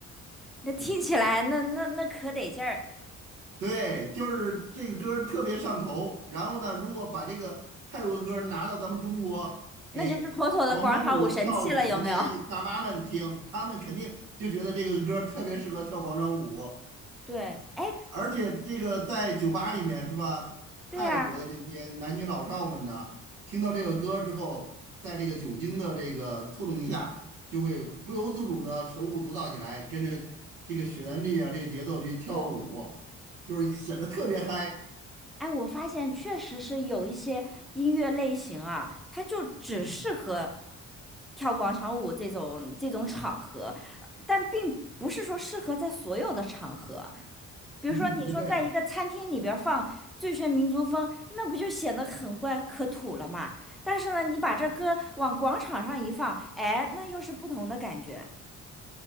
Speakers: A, in the centre; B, on the right (about 80°).
A: 那听起来，那那那可得劲儿。
B: 对，就是这个歌儿特别上头。然后呢，如果把这个泰国歌儿拿到咱们中国给广场舞跳舞的那些大妈们听，
A: 那就是妥妥的广场舞神器了，有没有？<laughs>
B: 她们肯定就觉得这个歌儿特别适合跳广场舞。
A: 对，哎，
B: 而且这个在酒吧里面是吧？泰国的这些男女老少们呢，
A: 对呀，
B: 听到这个歌之后，在这个酒精的这个触动下，就会不由自主的手舞足蹈起来，跟着这个旋律啊，这个节奏去跳舞，就是显得特别嗨。
A: 哎，我发现确实是有一些音乐类型啊，它就只适合
B: <laughs>
A: 跳广场舞这种这种场合，但并不是说适合在所有的场合。比如说，
B: 嗯，
A: 你说在一个餐厅里边儿放《最炫民族风》，
B: 对。
A: 那不就显得很怪可土了嘛？但是呢，你把这歌往广场上一放，哎，那又是不同的感觉。